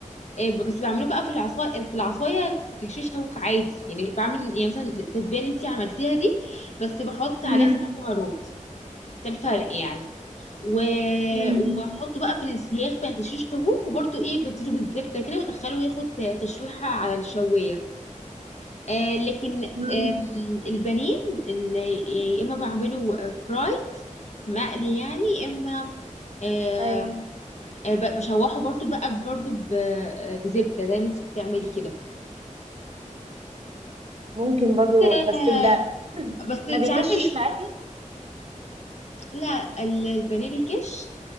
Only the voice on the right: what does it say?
مم.
مم.
مم.
أيوه
ممكن برضو
بس ده <clears throat>
ما بيكشش
معاكي